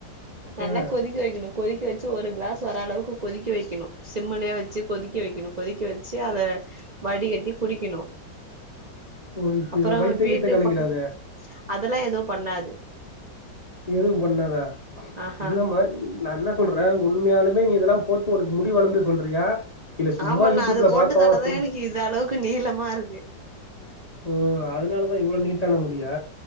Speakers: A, on the right; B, on the left.
A: நல்லா
B: ஆஹ்
A: கொதிக்க வெக்கணு கொதிக்க வெச்சு ஒரு கிளாஸ் வர அளவுக்கு கொதிக்க வெக்கணு சிம்மலயே வச்சி கொதிக்க வெக்கணு கொதிக்க வெ ச்சு அத வடிகட்டி குடிக்கணு
B: ஓகே
A: அப்பற
B: வயித்த
A: வீட்டு
B: கீத்த கலக்கிடாத
A: பக்கத் அதெல்லா எது பண்ணாது
B: எதும் பண்ணாதா
A: ஆஹா
B: இல்லமா நா என்ன சொல்றே உண்மையாலுமே நீ இதெலா போட் டு உனக்கு முடி வளந்து சொல்றியா இல்ல சும்மா
A: ஆமா
B: யூடியூப்ல
A: நா அது போட்டதாலதா
B: பார்த்தோம் சொல்லு
A: எனக்கு இத அளவுக்கு நீளமா இருக்கு
B: ஓ அதுனால தா இவ்ள நீட்டான முடியா